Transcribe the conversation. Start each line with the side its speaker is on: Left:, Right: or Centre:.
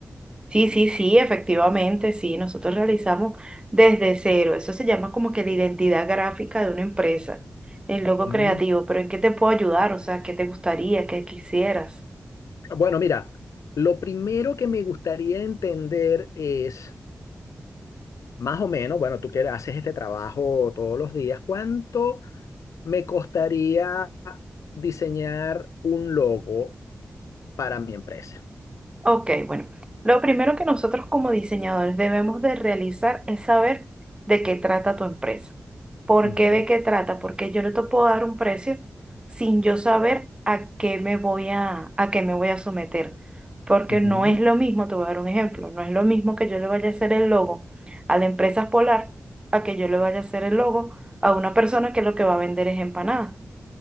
Right: Sí, sí, sí, efectivamente, sí. Nosotros realizamos desde cero. Eso se llama como que la identidad gráfica de una empresa, el logo
Left: Mm.
Right: creativo. Pero ¿en qué te puedo ayudar? O sea, ¿qué te gustaría? ¿Qué quisieras?
Left: Bueno, mira, lo primero que me gustaría entender es, más o menos, bueno, tú que haces este trabajo todos los días, ¿cuánto me costaría diseñar un logo para mi empresa?
Right: Ok, bueno, lo primero que nosotros como diseñadores debemos de realizar es saber de qué trata tu empresa. ¿Por
Left: Ujú.
Right: qué de qué trata? Porque yo no te puedo dar un precio sin yo saber a qué me voy a, a qué me voy a someter. Porque
Left: Ujú,
Right: no es lo mismo, te voy a dar un ejemplo, no es lo mismo que yo le vaya a hacer el logo a la empresa Polar a que yo le vaya a hacer el logo a una persona que lo que va a vender es empanadas.